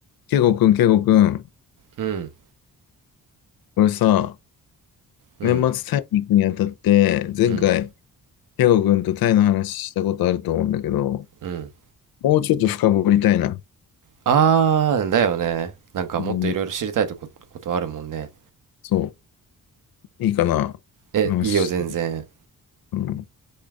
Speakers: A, on the left (about 80°); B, on the right (about 60°).
A: ケイゴくん、ケイゴくん、
B: うん、
A: これさ、
B: うん、
A: 年末タイに行くにあたって、前回、
B: うん、
A: ケイゴくんとタイの話したことあると思うんだけど、
B: うん。
A: もうちょっと深掘りたいな。
B: あー、だよね。なんかもっといろいろ知りたいとこ、
A: うん、
B: ことあるもんね。
A: そう、いいかな、
B: え、
A: 話して。
B: いいよ、全然。
A: うん、